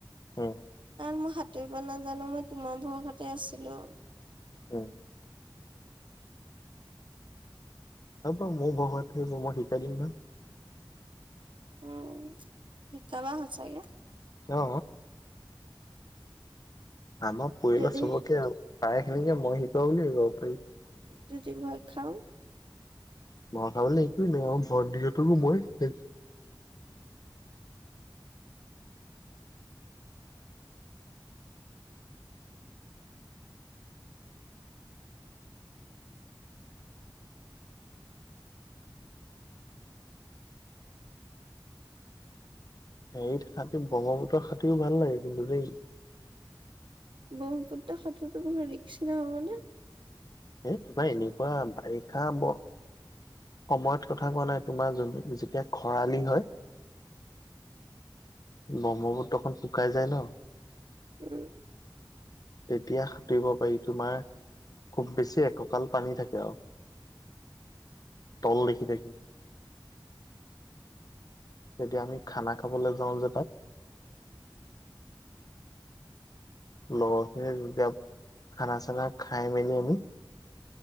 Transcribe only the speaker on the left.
উম।
উম। অ ব মই বগত থ মই শিকাই দিম নহয়?
অ। আমাৰ পৰিয়ালৰ
চবকে আৰু প্ৰায়খিনিকে মই শিকোৱা বুলিয়ে কব পাৰি।
ভয় খাবলৈ একুৱে নাই ভন্টিহঁতকো মই শিকাইছোঁ। হেৰি সান্তি ব্ৰহ্মপুত্ৰৰ সাতোৰিও ভাল লাগে কিন্তু দেই।
এ তোমাৰ এনেকুৱা বাৰিষা ব সময়ত কথা কোৱা নাই, তোমাৰ যোন যেতিয়া খৰালি হয়, ব্ৰহ্মপুত্ৰ খন শুকাই যায় ন।
তেতিয়া সাঁতুিব পাৰি তোমাৰ খুব বেছি একঁকাল পানী থাকে আও। তল দেখি থাকি। যেতিয়া আমি খানা খাবলৈ যাওঁ যে তাত। লগৰ খিনি যেতিয়া খানা চানা খাই মেলি আমি